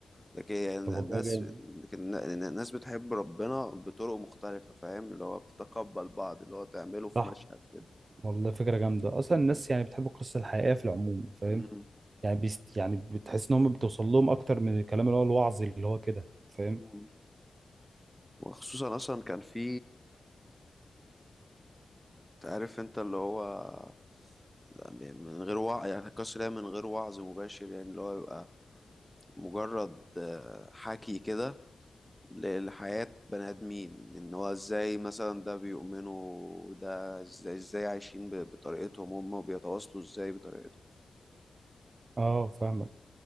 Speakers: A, in the centre; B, on the right.
A: لكن يعني
B: طب والله
A: الناس
B: جامد
A: لكن الناس بتحب ربنا بطرق مختلفة فاهم اللي هو بتتقبل بعض اللي هو تعمله في
B: صح
A: مشهد كده
B: والله فكرة جامدة أصلا الناس
A: مم.
B: يعني بتحب القصة الحقيقية في العموم فاهم
A: مم.
B: يعني بيست يعني بتحس إن هم بتوصل لهم أكتر من الكلام اللي هو الوعظي اللي هو كده فاهم
A: مم. وخصوصا اصلا كان في تعرف انت اللي هو من غير وعي يعني القصر ده من غير وعظ مباشر يعني اللي هو يبقى مجرد آه، حكي كده ل- لحياة بني آدمين إن هو إزاي مثلا ده بيؤمنوا وده إزاي, إزاي عايشين ب- بطريقتهم هم وبيتواصلوا إزاي بطريقتهم
B: أه فاهمك